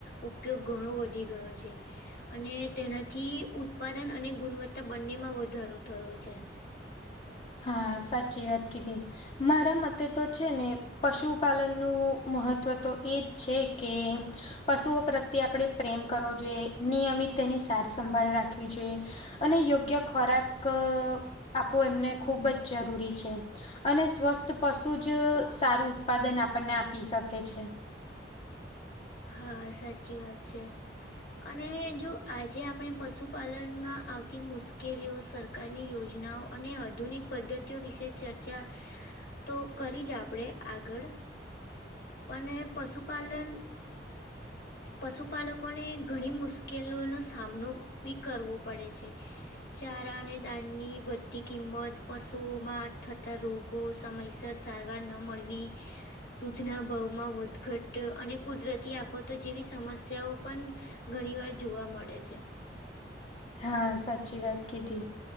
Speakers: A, on the left; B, on the left.
A: ઉપયોગ ઘણો વધી ગયો છે. અને તેનાથી ઉત્પાદન અને ગુણવત્તા બંને માં વધારો થયો છે.
B: હા સાચી વાત કીધી મારા મતે તો છે, ને પશુપાલનનું મહત્ત્વ તો એજ છે, કે. પશુઓ પ્રત્યે આપણે પ્રેમ કરવો જોઈએ નિયમિત તેની સાર સંંભાળ રાખવી જોઈએ. અને યોગ્ય ખોરાક આપવો એમને ખૂબ જ જરૂરી છે. અને સ્વસ્થ પશુ જ સારું ઉત્પાદન આપણને આપી શકે છે.
A: હા સાચી વાત છે. અને જો આજે આપણે પશુપાલન માં આવતી મુશ મુશકેલીઓ સરકારની યોજનાઓ અને આધુનિક પદ્ધતિઓ વિશે ચર્ચા તો કરી જ આપડે આગળ અને પશુપાલન પશુપાલકોને ઘણી મુશ્કેલીનો સામનો બી કરવો પડે છે. ચારા અને દાનની વધતી કિંમત પશુઓમાં થતાં રોગો સમયસર સારવાર ન મળવી. દૂધના ભાવમાં વધઘટ અને કુદરતી આફતો જેવી સમસ્યાઓ પણ ઘણી વાર જોવા મળે છે.
B: હા સાચી વાત કીધી